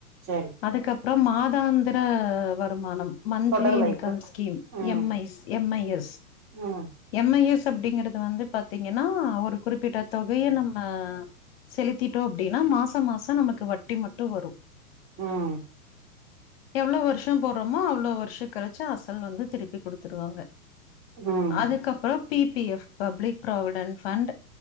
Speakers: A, on the right (about 30°); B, on the left (about 40°).
A: சரி
B: அதுக்கப் மாதாந்திர வருமானம் மந்த்லி
A: தொடர்
B: இன்கம்
A: வைப்பு
B: ஸ்கீம்
A: ம்
B: M I S M I S
A: ம்
B: எம் ஐ எஸ் அப்படிங்கிறது வந்து ப பாத்தீங்கன்னா ஒரு குறிப்பிட்ட தொகைய நம்ம செலுத்திட்டோ அப்டின்னா மாசம் மாசம் நமக்கு வட்டி மட்டு வரும்
A: உம்
B: எவ்வளோ வருஷம் போடுறோமோ அவ்வளவு வருஷம் கழிச்சு அசல் வந்து திருப்பி கொடுத்துருவாங்க
A: ம்
B: அதுக்கப்புறம் P P F public provident fund